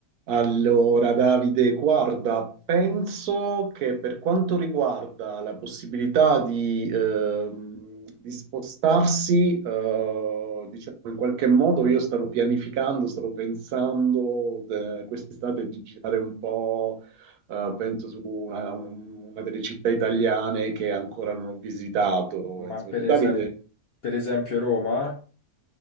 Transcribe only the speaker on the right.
Allora, Davide, guarda, penso che per quanto riguarda la possibilità di, ehm, di spostarsi, eh, diciamo in qualche modo, io stavo pianificando, stavo pensando eh, quest'estate di girare un po', eh, penso su una, una delle città italiane che ancora non ho visitato.
Insomma,
tu,
Davide?